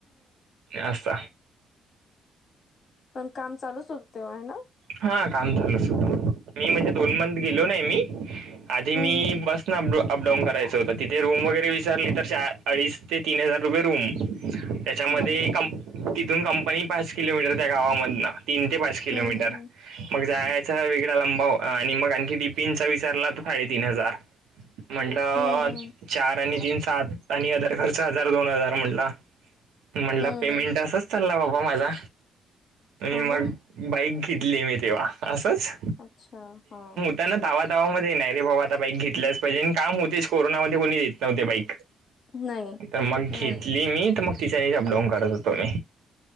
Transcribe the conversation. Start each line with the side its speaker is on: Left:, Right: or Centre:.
Right: अस
Left: पण काम चालूच होत तेव्हा आहे ना
Right: हा काम ल सुध मी म्हणजे दोन मोंथ गेलो नाही मी आधी मी
Left: हम्म हम्म
Right: बस अपडाऊन करायचं होतं तिथे रूम वगैरे वीच्यारले तर अडीच ते तीन हजार रुपये रूम त्याच्यामध्ये
Left: बापरे
Right: कं तिथून कंपनी पाच किलोमीटर त्या गावामधनं तीन ते पाच किलोमीटर
Left: हम्म हम्म
Right: मग जायचा वेगळा लंबाव आणि मग आणखी डीपींचा विचारला तर साडेतीन हजार म्हंटलं
Left: हम्म हम्म
Right: चार आणि तीन सात आणि हजार दोन हजार म्हटला म्हंटलं
Left: हम्म
Right: पेमेंट
Left: हम्म
Right: असाच चालला बाबा माझा आणि
Left: हो
Right: मग
Left: ना
Right: बाईक घेतली मी तेव्हा असंच
Left: अच्छा हा
Right: ता तावा तावा ममध्ये नाही रे बाबा आता बाईक घेतल्याच पाहिजे आणि काम होतेच कोरोनामध्ये कोणी देत नव्हते बाईक
Left: नाही
Right: तर मग घेतली
Left: नाही
Right: मी तर मग तिच्यानेच अपडाऊन करत होतो मी